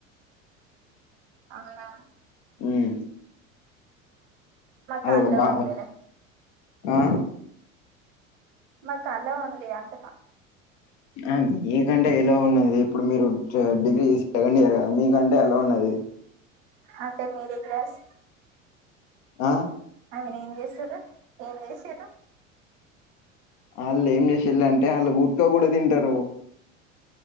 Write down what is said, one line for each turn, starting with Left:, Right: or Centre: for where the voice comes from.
Left: <inaudible>
Right: ఔనా
Left: ఉమ్
Right: మా
Left: అదొగ
Right: కాల్లో
Left: బాగం
Right: ఉందిలే
Left: ఆ
Right: మాకలో ఉంది అంటున్న
Left: ఆ మీకంటే ఎలో ఉన్నది ఇప్పుడు మీరు చ్ డిగ్రీ సెకండ్ ఇయర్గ మీకంటే అలో ఉన్నది
Right: అంటె మీరే క్లాస్
Left: ఆ
Right: ఐమీన్ ఏం జేస్తుర్రు ఏం జేషిర్రు
Left: ఆల్లెమ్జేషిల్లంటే అళ్ళు గుట్క గుడ తింటరు